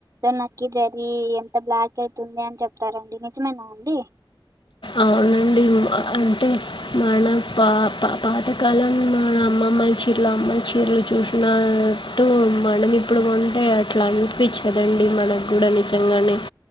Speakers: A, on the right; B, on the left.
A: నక్కీ జర్రీ ఎంత బ్లాక్ క్ అయితుంది అని చెప్తారండి నిజమేనా అండి
B: అవునండి అంటే మన పా పా పాతకాలం మన అమ్మ అమ్మాయి చీరలు అమ్మాయి చీరలు చూసినట్టు మనం ఇప్పుడు కొంటే అట్లా అనిపించి కదండీ మనగ్గూడా నిజంగానే